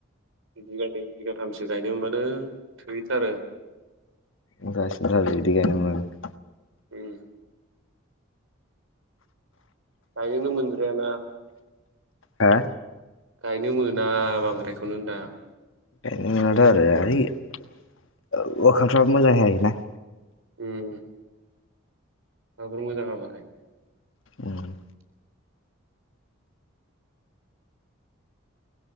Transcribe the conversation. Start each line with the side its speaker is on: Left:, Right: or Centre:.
Right: बिघानैै बिगाथामसो गायनो मोनब्लानो थोथारो
Left: दि गायनो
Right: उम गायनो मोनग्रोआ ना
Left: हा
Right: गायनो मोना बांद्रायखौनो होन दा
Left: बेंखायनोनाथ' आरो इ अखानफ्राब मोजां जायोना
Right: उम <unintelligible>
Left: उम